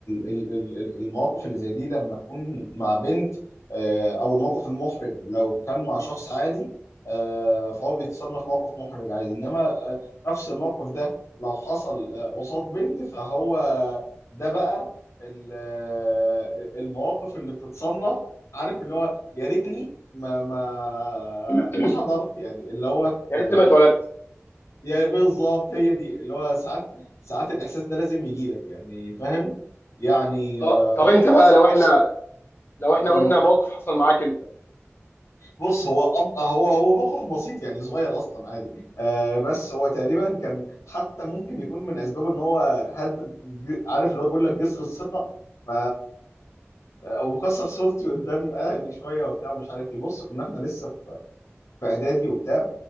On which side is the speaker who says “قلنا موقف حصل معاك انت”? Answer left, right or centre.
Left